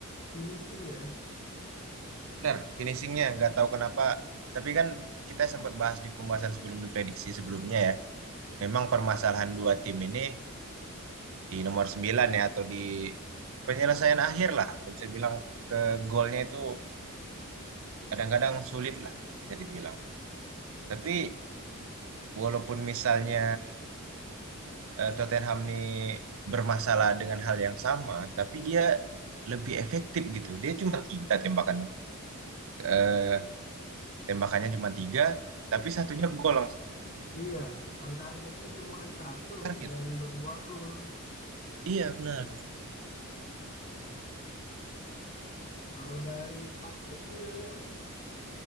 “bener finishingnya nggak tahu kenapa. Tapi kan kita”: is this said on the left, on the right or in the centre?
Right